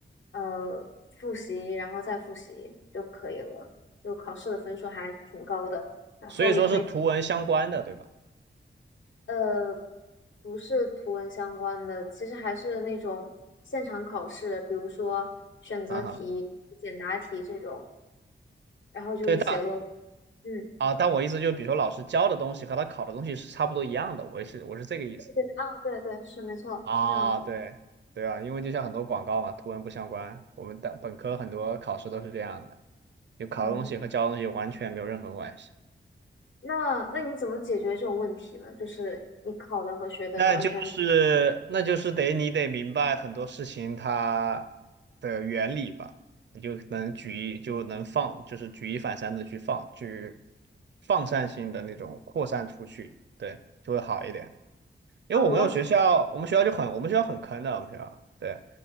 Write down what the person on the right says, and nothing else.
所以说是图文相关的，对吧？
啊哈，
对，但
啊，但我意思就比如说老师教的东西和他考的东西是差不多一样的，我也是我是这个意思
啊，
对对啊，因为就像很多广告嘛，图文不相关，我们的本科很多考试都是这样的，就考的东西和教的东西完全没有任何关系。
那就是那就是得你得明白很多事情它的原理吧，你就能举一就能放，就是举一反三的去放，去放散性的那种扩散出去，对，就会好一点。因为我们有学校，
我们学校就很我们学校很坑的，我们学校，对，